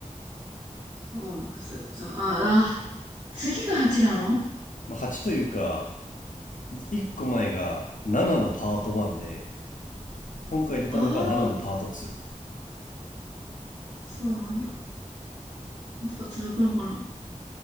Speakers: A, on the right (about 50°); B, on the left (about 75°).
A: おう、す、さ、ああ、次が8なの
B: まあ、8というか1個前が7のパート1で、今回出たのが7のパート2。
A: ああー、そうなんだ。あと続くのかな。